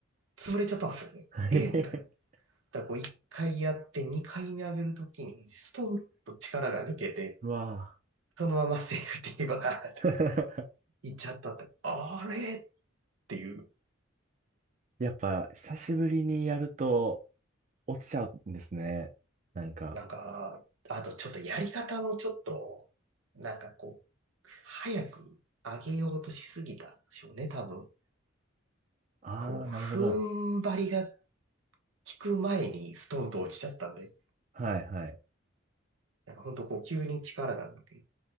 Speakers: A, on the right; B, on the right.
A: 潰れちゃったんですよね。
B: <laughs>
A: ええみたいな。だからこう、1回やって2回目上げるときに、ストンと力が抜けて、
B: うわ
A: そのままセーフティーバーって
B: ぁ
A: 行っちゃったって、あれっていう、
B: <laughs> やっぱ久しぶりにやると落ちちゃうんですね。なんか、
A: なんか、あとちょっとやり方もちょっと、なんかこう、早く上げようとしすぎたんでしょうね、多分。
B: ああ、
A: こう、
B: なるほど。
A: 踏ん張りが効く前にストンと落ちちゃったんで、
B: はいはい。
A: なんかほんとこう急に力が抜け